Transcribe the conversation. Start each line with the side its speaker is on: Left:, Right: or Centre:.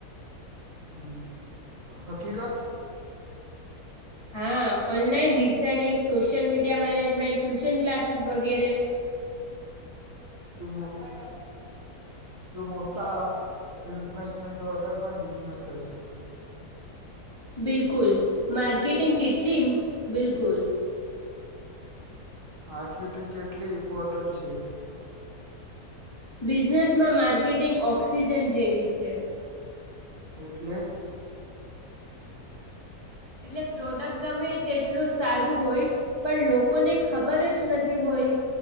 Right: હમ હકીરત <inaudible>
Left: હા online reselling social media management tuition classes વગેરે.
Right: તું મોટ <unintelligible> મોટા ઇન્વેસ્ટમેન્ટ વગર પણ બિઝનેસ થઈ શકે.
Left: બિલકુલ માર્કેટિંગ કેટલી બિલકુલ.
Right: માર્કેટિંગ કેટલી ઇમ્પોર્ટન્ટ છે.
Left: બિઝનેસ માં માર્કેટિંગ ઓક્સિજન જેવી છે.
Right: ઇટલી. <inaudible>
Left: એટલે પ્રોડક્ટ ગમે તેટલું સારું હોય. પણ લોકોને ખબર જ નથી હોય